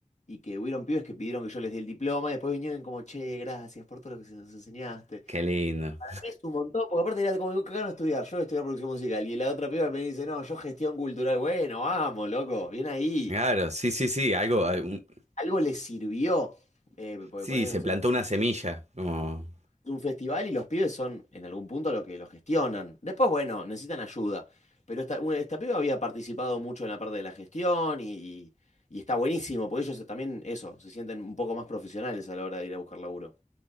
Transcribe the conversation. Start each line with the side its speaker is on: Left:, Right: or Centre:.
Left: y que hubieron pibes que pidieron que yo les dé el diploma y después vinieron como, che, gracias por todo lo que nos enseñaste.
Right: qué lindo.
Left: Para mí es un montón, porque aparte era como, acá no estudiar, yo voy a estudiar producción musical. Y la otra piba me dice, no, yo gestión cultural. Bueno, vamos, loco, bien ahí
Right: Claro, sí, sí, sí, algo, eh, un-
Left: algo les sirvió. eh, porque
Right: sí,
Left: poner,
Right: se
Left: no sé,
Right: plantó una semilla, como...
Left: un festival y los pibes son en algún punto lo que lo gestionan. Después, bueno, necesitan ayuda. Pero esta, una- esta piba había participado mucho en la parte de la gestión y, y- y está buenísimo, porque ellos también, eso, se sienten un poco más profesionales a la hora de ir a buscar laburo.